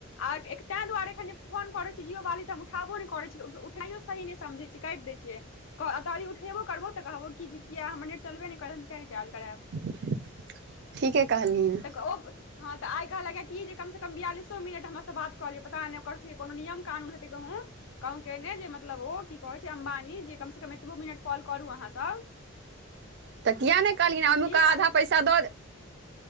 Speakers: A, on the left; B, on the right.
A: आ तैं दुआरे एखन जे फोन करै छी जीओ वाली त हम उठाबो नै करैत छी उठाइयो सही नै समझै छियै काटि दै छियै। कह यदि उठेबो करबौ त कहबौ कि जे किए हमर नेट चलबे नै करत, कियै रिचार्ज कराएब।
B: <inaudible>
A: <inaudible>
B: ठीके कहलिन
A: तक बा ओ हं त आइ कहलकए कि जे कम सं कम बियालिसो मिनट हमरासं बात कहलियै पता नै ओकर सबके कोनो नियम कानून हेतै कहूं कम केने छै मतलब ओ की कहय छै अम्बानी जे कम सं कम एतबो मिनट कॉल करू अहाँसब।
B: <inaudible> त किए नै कहलही अन्नूके
A: की कहल
B: आधा पैसा द दे